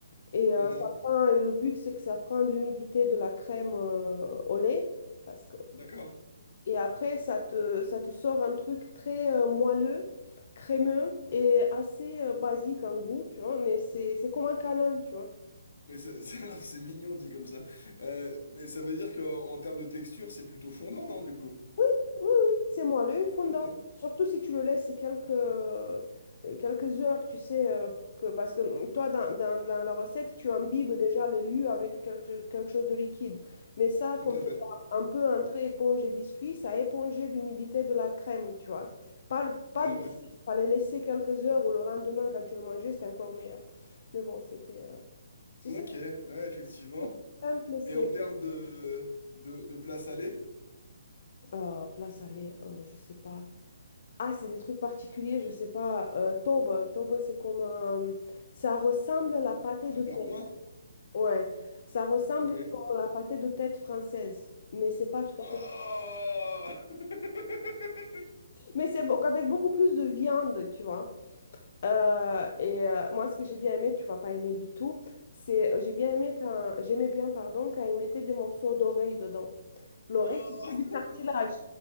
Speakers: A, on the left; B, on the left.
A: Et
B: Mhm.
A: euh, ça prend, et le but, c'est que ça prend l'humidité de la crème, euh, au lait. Parce que
B: D'accord.
A: Et après, ça te, ça te sort un truc très euh, moelleux, crémeux et assez euh, basique en goût, tu vois. Mais c'est, c'est comme un câlin, tu vois.
B: Mais ça- <laughs> ça- c'est mignon dit comme ça. Euh, mais ça veut dire qu'en en termes de texture, c'est plutôt fondant, non, du coup?
A: Oui, oui, oui, c'est moi, l'œil fondant.
B: Ok,
A: Surtout si tu le laisses quelques, euh, quelques heures, tu sais, euh, pour que, parce que toi, dans, dans, dans la recette, tu imbibes déjà les lus avec quelque, quelque chose de liquide. Mais ça,
B: tout
A: comme
B: à
A: c'est
B: fait.
A: un peu entre éponge et biscuit, ça a épongé l'humidité de la crème, tu vois. Pas, pas
B: Ouais,
A: de suite, il fallait laisser quelques heures ou le lendemain, quand tu le mangeais, c'était encore meilleur. Mais bon, c'était... euh, Tu
B: ouais.
A: sais,
B: Ok, ouais, effectivement.
A: c'est plus simple, c'est...
B: Et en termes de, de, de plat salé,
A: Euh, plat salé, euh, je sais pas. Ah, c'est des trucs particuliers, je sais pas. Euh, toba, toba, c'est comme un... Ça ressemble à la pâté
B: c'est
A: de
B: un plat
A: tête.
B: roumain?
A: Ouais, ça ressemble
B: Ok.
A: à la pâté de tête française. Mais c'est pas tout
B: Oh!
A: à fait...
B: <laughs>
A: Mais c'est beau- avec beaucoup plus de viande, tu vois. Euh, et euh, moi, ce que j'ai bien aimé, tu vas pas aimer du tout, c'est... J'ai bien aimé quand... J'aimais bien, pardon, quand ils mettaient des morceaux d'oreille dedans. L'oreille,
B: Oh
A: c'est que du cartilage.